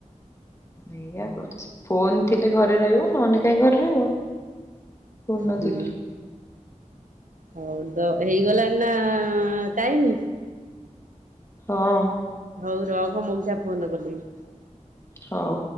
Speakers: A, on the left (about 20°); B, on the right (about 85°).
A: ଏଇଆ କରୁଛି ଫୋନ ଥିଲେ ଘରେ ରହିବ ନହେଲେ କାହିଁ ଘରେ ରହିବ। ଫୋନ ନ
B: ହୁଁ।
A: ଦେଖିଲେ
B: ହଉ ତ ହେଇଗଲାଣି ନା ଟାଇମ।
A: ହଁ।
B: ହଉ ରହ ମଉସା ଫୋନ କଲେଣି।
A: ହଉ।